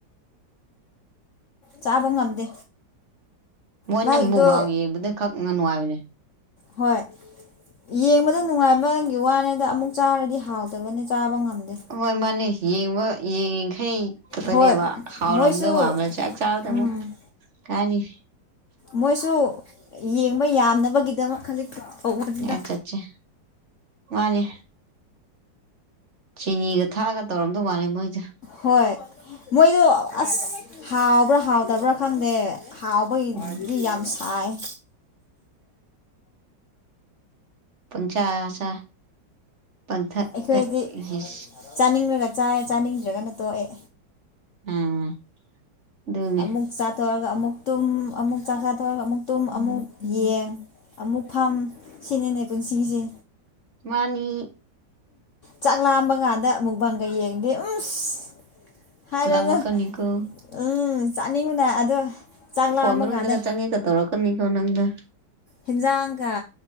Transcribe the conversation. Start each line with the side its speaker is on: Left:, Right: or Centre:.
Left: ꯆꯥꯕꯥ ꯉꯝꯗꯦ
Right: ꯃꯣꯏꯅ
Left: ꯃꯥꯏꯗꯣ
Right: ꯃꯨꯕꯥꯡ ꯌꯦꯡꯕꯗ ꯈꯛ ꯅꯨꯡꯉꯥꯏꯕꯅꯦ
Left: ꯍꯣꯏ ꯌꯦꯡꯕꯗ ꯅꯨꯡꯉꯥꯏꯕꯒꯤ ꯋꯥꯅꯤꯗ ꯑꯃꯨꯛ ꯆꯥꯔꯗꯤ ꯍꯥꯎꯇꯕꯅꯤ ꯆꯥꯕꯥ ꯉꯝꯗꯦ
Right: ꯍꯣꯏ ꯃꯥꯅꯦ ꯌꯦꯡꯕ ꯌꯦꯡꯉꯤꯈꯩ ꯈꯛꯇꯅꯦꯕ
Left: ꯍꯣꯏ
Right: ꯍꯥꯎꯔꯝꯗꯧ
Left: ꯃꯣꯏꯁꯨ
Right: ꯃꯥꯟꯕ ꯆꯥꯛ ꯆꯥꯕꯗ
Left: ꯎꯝ
Right: ꯑꯃꯨꯛ ꯀꯩ ꯍꯥꯏꯅꯤ
Left: ꯃꯣꯏꯁꯨ ꯌꯦꯡꯕ ꯌꯥꯝꯅꯕꯒꯤꯗꯃꯛ ꯈꯖꯤꯛ ꯇꯧꯕꯅꯤꯗ
Right: ꯑꯠꯆꯥ ꯑꯠꯆꯥ ꯃꯥꯅꯦ ꯆꯤꯅꯤꯒ ꯊꯥꯛꯑꯒ ꯇꯧꯔꯝꯗꯧ ꯃꯥꯜꯂꯦ ꯃꯣꯏꯁꯦ
Left: ꯍꯣꯏ ꯃꯣꯏꯗꯣ ꯑꯁ ꯍꯥꯎꯕ꯭ꯔꯥ ꯍꯥꯎꯇꯕ꯭ꯔꯥ ꯈꯪꯗꯦ ꯍꯥꯎꯕ ꯃꯣꯏꯒꯤꯗꯤ
Right: ꯎꯝ
Left: ꯌꯥꯝ ꯁꯥꯏꯌꯦ
Right: ꯄꯪꯆꯥ ꯆꯥ ꯄꯪꯊꯛ
Left: ꯑꯩꯈꯣꯏꯗꯤ
Right: ꯊꯛ ꯏꯁ
Left: ꯆꯥꯅꯤꯡꯂꯒ ꯆꯥꯏ ꯆꯥꯅꯤꯡꯗ꯭ꯔꯒꯅ ꯇꯣꯛꯑꯦ
Right: ꯎꯝ ꯑꯗꯨꯅꯦ
Left: ꯑꯃꯨꯛ ꯆꯥꯊꯣꯛꯑꯒ ꯑꯃꯨꯛ ꯇꯨꯝ ꯑꯃꯨꯛ ꯆꯥꯛ ꯆꯥꯊꯣꯛꯑꯒ ꯑꯃꯨꯛ ꯇꯨꯝ ꯑꯃꯨꯛ ꯌꯦꯡ ꯑꯃꯨꯛ ꯐꯝ ꯁꯤꯅꯤꯅꯦ ꯄꯨꯟꯁꯤꯁꯦ
Right: ꯃꯥꯅꯤ
Left: ꯆꯥꯛꯂꯥꯝꯕ ꯀꯥꯟꯗ ꯃꯨꯛꯕꯥꯡꯒ ꯌꯦꯡꯉꯥꯗꯤ ꯎꯝꯁ ꯍꯥꯏꯔꯒ
Right: ꯂꯥꯝꯃꯛꯀꯅꯤꯀꯣ
Left: ꯎꯝ ꯆꯥꯅꯤꯡꯕꯅ ꯑꯗꯣ ꯆꯥꯛ
Right: ꯐꯣꯟ
Left: ꯂꯥꯝꯕꯥ
Right: ꯃꯅꯨꯡꯗꯒ
Left: ꯀꯥꯟꯗ
Right: ꯆꯪꯉꯦꯒ ꯇꯧꯔꯛꯀꯅꯤꯀꯣ ꯅꯪꯗ
Left: ꯍꯦꯟꯁꯥꯡꯒ